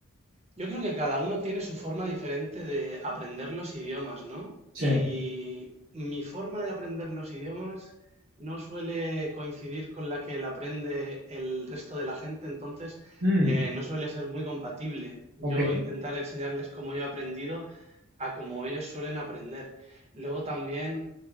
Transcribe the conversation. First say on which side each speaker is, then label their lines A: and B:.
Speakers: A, on the right (about 30°); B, on the right (about 70°).
A: yo creo que cada uno tiene su forma diferente de aprender los idiomas, ¿no?
B: Sí.
A: Y mi forma de aprender los idiomas no suele coincidir con la que la aprende el resto de la gente, entonces
B: Mm,
A: eh, no suele ser muy compatible. Yo
B: ok.
A: intentar enseñarles cómo yo he aprendido a cómo ellos suelen aprender. Luego también